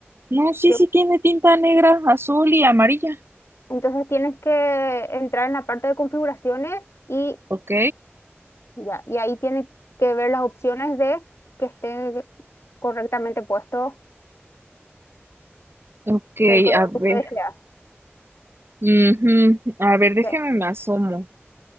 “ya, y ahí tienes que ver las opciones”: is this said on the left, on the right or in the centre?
Left